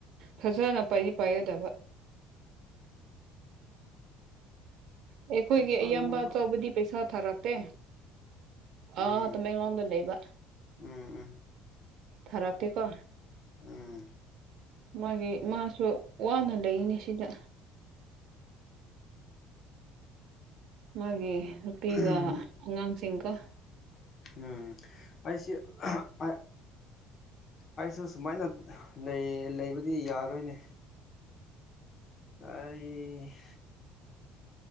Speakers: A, on the right (about 55°); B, on the left (about 35°).
A: ꯐꯖꯅ ꯄꯥꯏꯗꯤ ꯄꯥꯏꯒꯗꯕ ꯑꯩꯈꯣꯏꯒꯤ
B: ꯏꯟꯁꯥꯡꯒꯨꯝꯕ
A: ꯑꯌꯥꯝꯕ ꯑꯆꯧꯕꯗꯤ ꯄꯩꯁꯥ ꯊꯥꯔꯛꯇꯦ
B: ꯎꯝ
A: ꯑꯥ ꯇꯃꯦꯡꯂꯣꯡꯗ ꯂꯩꯕ
B: ꯎꯝ
A: ꯊꯥꯔꯛꯇꯦꯀꯣ
B: ꯎꯝ
A: ꯃꯥꯒꯤ ꯃꯥꯁꯨ ꯋꯥꯅ ꯂꯩꯅꯤ ꯁꯤꯗ ꯃꯥꯒꯤ ꯅꯨꯄꯤꯒ
B: ꯎꯝ
A: ꯑꯉꯥꯡꯁꯤꯡꯀꯣ
B: ꯎꯝ ꯑꯩꯁꯤ ꯑ ꯑꯩꯁꯨ ꯁꯨꯃꯥꯏꯅ ꯂꯩ ꯂꯩꯕꯗꯤ ꯌꯥꯔꯣꯏꯅꯦ ꯑꯩ